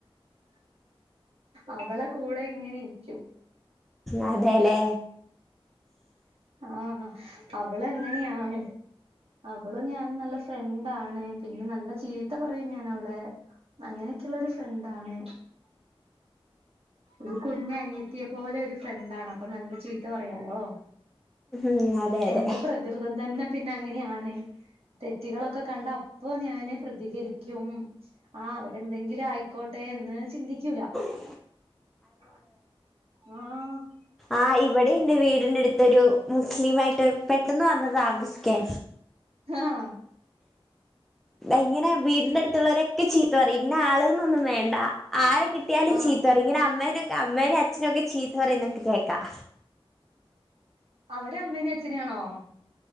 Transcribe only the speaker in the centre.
അ ധല്ലേ
ഉം അതെ അതെ
ഉ <unintelligible>
ആഹ് ഇവിടെുണ്ട് വീടിന്റെ അടുത്ത്ൊരു മുസ്ലിം ആയിട്ട് പെട്ടെന്ന് വന്ന് താമസിക്കേ
ഇ ഇങ്ങനെ വീടിന്റെ അടുത്തുള്ളവരൊക്കെ ചീത്ത പറയും ഇന്ന ആളുകളന്നൊന്നും വേണ്ട ആരെ കിട്ട ട്ടിയാലും
ചീത്ത പറഇങ്ങനെ അമ്മേനൊക്കെ അമ്മേനും അച്ഛനുംൊക്കെ ചീത്ത പറന്നൊക്കെ കേൾക്കാം